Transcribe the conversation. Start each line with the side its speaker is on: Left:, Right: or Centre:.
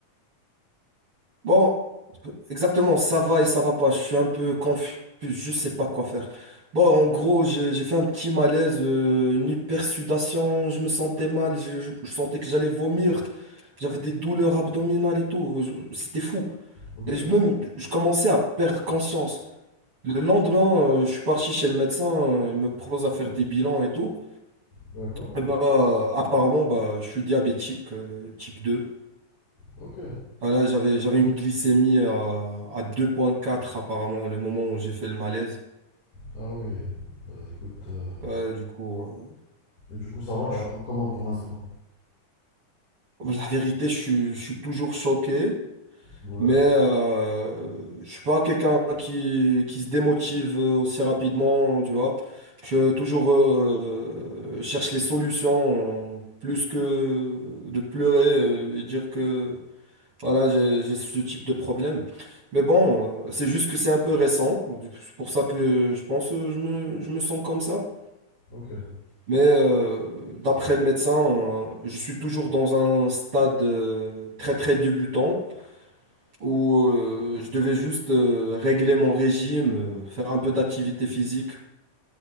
Right: Bon, exactement, ça va et ça va pas. Je suis un peu confus. Je sais pas quoi faire. Bon, en gros, j'ai j'ai fait un petit malaise, euh, une hypersudation. Je me sentais mal. Je, je- je sentais que j'allais vomir. J'avais des douleurs abdominales et tout. Je- C'était fou.
Left: Ok,
Right: Et je, même, je commençais à perdre conscience. Le lendemain, euh, je suis parti chez le médecin, euh, il me propose à faire des bilans et tout.
Left: d'accord.
Right: Et bah, euh, apparemment, bah, je suis diabétique euh, type 2.
Left: Ok.
Right: Voilà, j'avais, j'avais une glycémie à, à deux virgule quatre apparemment, le moment où j'ai fait le malaise.
Left: Ah oui. Bah écoute, euh,
Right: Euh, du coup, euh,
Left: et du coup ça va,
Right: voilà.
Left: tu le prends comment pour l'instant?
Right: La vérité, je suis, je suis toujours choqué.
Left: Ouais.
Right: Mais euh, je suis pas quelqu'un qui, qui se démotive euh, aussi rapidement, tu vois. Je toujours euh, euh, cherche les solutions plus que de pleurer euh, et dire que voilà, j'ai, j'ai ce type de problème. Mais bon, euh, c'est juste que c'est un peu récent. C'est pour ça que je pense que je me, je me sens comme ça.
Left: Ok.
Right: Mais euh, d'après le médecin, euh, je suis toujours dans un stade euh, très très débutant où euh, je devais juste euh, régler mon régime, euh, faire un peu d'activité physique.